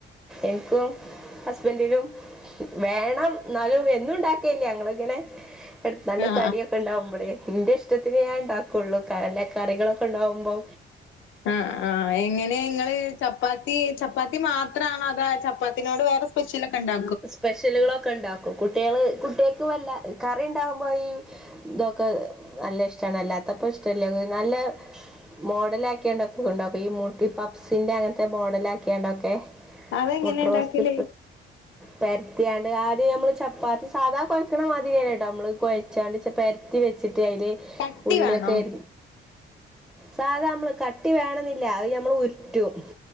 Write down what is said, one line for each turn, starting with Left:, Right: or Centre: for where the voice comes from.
Centre: എൻക്കും ഹസ്ബൻഡിനും വേണം എന്നാലും എന്നുണ്ടാക്കലില്ല ഞങ്ങൾ ഇങ്ങനെ നല്ല
Left: ആ
Centre: തടിയൊക്കെ ഉണ്ടാവുമ്പോളേ ന്റെ ഇഷ്ടത്തിന് ഞാൻ ഉണ്ടാക്കുള്ളൂ കലൊ കറികളൊക്കെ ഉണ്ടാവുമ്പോ
Left: ആഹ് ആഹ് എങ്ങനെ ഇങ്ങള് ചപ്പാത്തി ചപ്പാത്തി മാത്രണോ അതോ ചപ്പാത്തിനോട് വേറെ സ്പെഷ്യലോക്കെണ്ടോ
Centre: സ്പെഷ്യലുകളൊക്കെ ഉണ്ടാക്കും കുട്ടികള് കുട്ടികൾക്ക് വല്ല കറി ഇണ്ടാവുമ്പോ ഈ ഇതൊക്കെ നല്ല ഇഷ്ടണ് അല്ലാത്തപ്പ ഇഷ്ടല്ല നല്ല മോഡൽ ആക്കിയണ്ടൊക്കെ ഉണ്ടാക്കും ഈ പബ്സിന്റെ അങ്ങനത്തെ മോഡൽ ആക്കിയണ്ടൊക്കെ
Left: അതെങ്ങനെ
Centre: മുട്ട
Left: ഉണ്ടാക്കല്
Centre: റോസ്റ്റ് പരത്തിയാണ്ട് ആദ്യം നമ്മൾ ചപ്പാത്തി സാധാ കുഴയ്ക്കണ മാതിരി തന്നെ ട്ടോ നമ്മള് കുഴച്ചാണ്ട് പര ത്തി വെച്ചിട്ട് അതില്
Left: കട്ടി
Centre: ഉള്ളിയൊക്കെ
Left: വേണോ
Centre: അരി സാധാ നമ്മള് കട്ടി വേണെന്നില്ല അത് ഞമ്മൾ ഉരുട്ടും